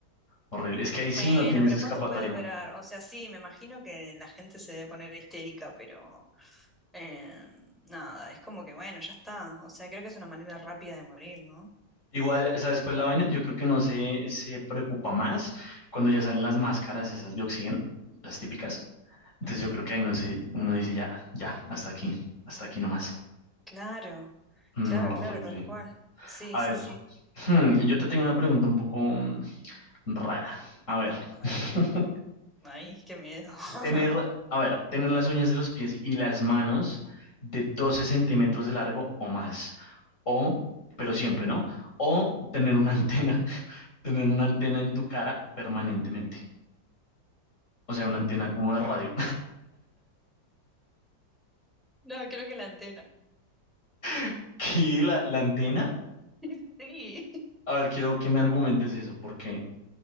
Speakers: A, on the left (about 40°); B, in the centre.
A: horrible. Es que ahí
B: Bueno,
A: sí no tienes
B: pero
A: escapatoria.
B: ¿cuánto puede durar? O sea, sí, me imagino que la gente se debe poner histérica, pero eh, nada, es como que bueno, ya está. O sea, creo que es una manera rápida de morir, ¿no?
A: Igual, ¿sabes cuál es la vaina? Yo creo que uno se, se preocupa más cuando ya salen las máscaras esas de oxígeno, las típicas. Entonces
B: Ujú.
A: yo creo que ahí no se, uno dice ya, ya, hasta aquí, hasta aquí nomás.
B: Claro,
A: No,
B: claro,
A: horrible.
B: claro, tal cual. Sí,
A: A
B: sí,
A: ver,
B: sí.
A: hmm, yo te tengo una pregunta un poco mm, rara. A ver,
B: A ver,
A: <laughs>
B: ay, qué miedo. <laughs>
A: tener, a ver, tener las uñas de los pies y las manos de 12 centímetros de largo o más. O, pero siempre, ¿no? O tener una <laughs> antena tener una antena en tu cara permanentemente. O sea, una antena como de radio.
B: No, creo que la antena.
A: <laughs> ¿Qué? la, la antena,
B: <laughs> Sí.
A: a ver, quiero que me argumentes eso, porque